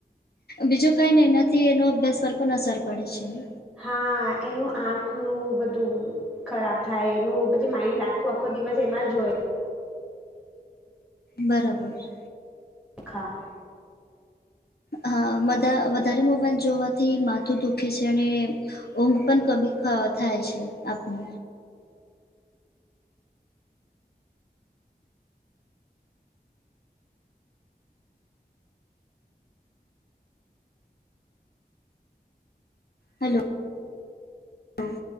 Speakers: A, on the left (about 70°); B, in the centre.
A: બીજું કઈ નઈ એનાથી એનો અભ્યાસ પર પણ અસર પડે છે ને
B: હા, એનું આંખનું બધું ખરાબ થાય એનું, પછી માઇન્ડ આખો-આખો દિવસ એમાં જ હોય.
A: બરાબર છે.
B: ખા
A: હા, વધા વધારે મોબાઈલ જોવાથી માથું દુખે છે અને ઊંઘ પણ <unintelligible> થાય છે, આપને હેલો, હા